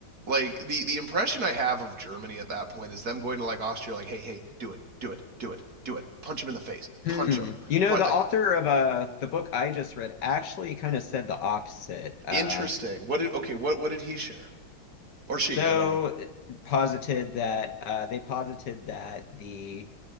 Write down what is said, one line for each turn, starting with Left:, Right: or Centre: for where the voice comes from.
Right: Like the the impression I have of Germany at that point is them going to like Austria, like, hey, hey, do it, do it, do it, do it, punch him in the face, punch
Left: Hmm.
Right: him.
Left: You know,
Right: Punch.
Left: the author of uh the book I just read actually kind of said the opposite. Uh,
Right: Interesting. What did okay? What what did he share or she?
Left: so
Right: I don't know.
Left: posited that uh, they posited that the